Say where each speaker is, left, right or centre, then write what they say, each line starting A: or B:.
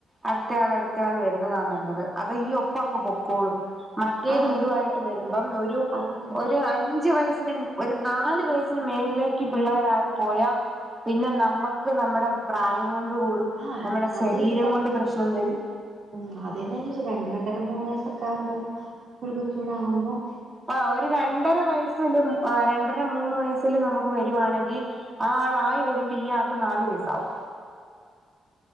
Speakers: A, on the right; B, on the right.
A: അടുത്തയാള് അടുത്തയാള് വരുന്നതാ നല്ലത് അതീ ഒപ്പം അങ്ങ് പൊക്കോളും. മറ്റേത്
B: ആ
A: ഇതുവായിട്ട് വരുമ്പം
B: അത്
A: ഒരു
B: അത്
A: ഒരു അൻ അഞ്ചു വയസ്സിനും ഒരു നാലു വയസ്സിനും മേളിലേക്ക് പിള്ളേരായി പോയ പിന്നെ നമ്മക്ക് നമ്മുടെ പ്രായം കൊണ്ട് കൂടും,
B: ആ
A: നമ്മുടെ
B: അത്
A: ശരീരം
B: തന്നെ
A: കൊണ്ട് പ്രശ്നം വരും.
B: ഉം അതന്നെയ ഞാൻ ചോദിച്ച രണ്ട് രണ്ടര മൂന്ന് വയസ്സൊക്കെ ആവുമ്പം ഒരു കൊച്ചൂടെ ആവുമ്പം
A: ആഹ് ഒരു രണ്ടര വയസ്സിലും ആഹ് രണ്ടര മൂന്ന് വയസ്സില് നമുക്ക് വരുവാണെങ്കി ആ ആളായി വരുമ്പോ ഈ ആൾക്ക് നാല് വയസ്സാവും